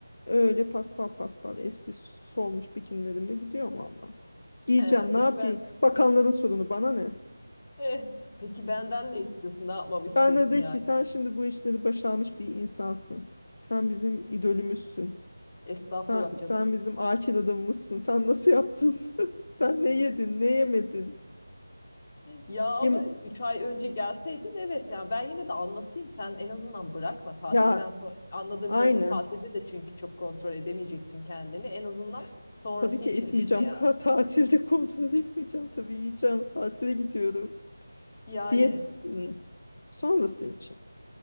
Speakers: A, on the left (about 50°); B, on the left (about 30°).
A: Öyle paspal paspal eski solmuş bikinilerimle gidiyorum valla. Giyeceğim
B: he. Peki
A: ne yapayım?
B: ben
A: Bakanların sorunu bana ne?
B: eh, peki benden ne istiyorsun? Ne yapmamı istiyorsun
A: Bana de
B: yani?
A: ki sen şimdi bu işleri başarmış bir insansın. Sen bizim idolümüzsün.
B: Estağfurullah
A: Sen,
B: canım.
A: sen bizim akil adamımızsın. Sen nasıl yaptın? <laughs> Sen ne yedin, ne yemedin?
B: Ya ama
A: Yeme-
B: 3 ay önce gelseydin evet ya ben yine de anlatayım sen en azından bırakma tatilden
A: ya
B: sonra anladığım
A: aynen.
B: kadarıyla tatilde de çünkü çok kontrol edemeyeceksin kendini en azından
A: T-
B: sonrası
A: Tabii ki
B: için
A: etmeyeceğim.
B: işine yarar.
A: Ka- Tatilde kontrol etmeyeceğim. Tabii yiyeceğim. Tatile gidiyorum.
B: Yani
A: Diyet Hı. sonrası için.